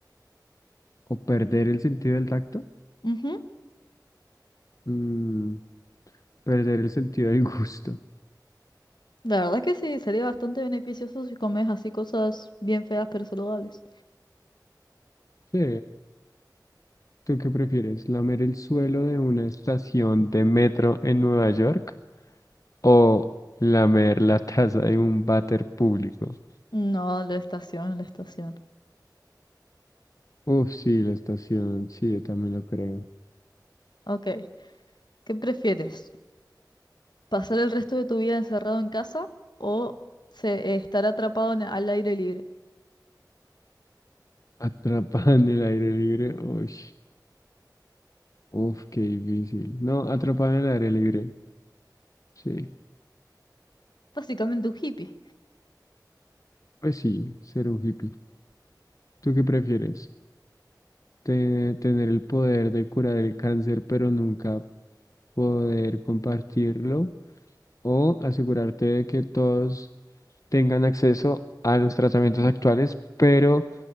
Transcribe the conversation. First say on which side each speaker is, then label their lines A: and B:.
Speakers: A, on the left (about 50°); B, on the left (about 75°).
A: ¿O perder el sentido del tacto?
B: Ujú,
A: Mm, perder el sentido del gusto.
B: La verdad es que sí, sería bastante beneficioso si comes así cosas bien feas pero saludables.
A: Sí. ¿Tú qué prefieres? ¿Lamer el suelo de una estación de metro en Nueva York o lamer la taza de un váter público?
B: No, la estación, la estación.
A: Uf, sí, la estación, sí, yo también lo creo.
B: Ok, ¿qué prefieres? ¿Pasar el resto de tu vida encerrado en casa o se, eh, estar atrapado en- al aire libre?
A: Atrapada en el aire libre, uy, uf, qué difícil. No, atrapada en el aire libre, sí.
B: Básicamente un hippie.
A: Pues sí, ser un hippie. ¿Tú qué prefieres? Te- ¿Tener el poder de curar el cáncer pero nunca poder compartirlo? ¿O asegurarte de que todos tengan acceso a los tratamientos actuales, pero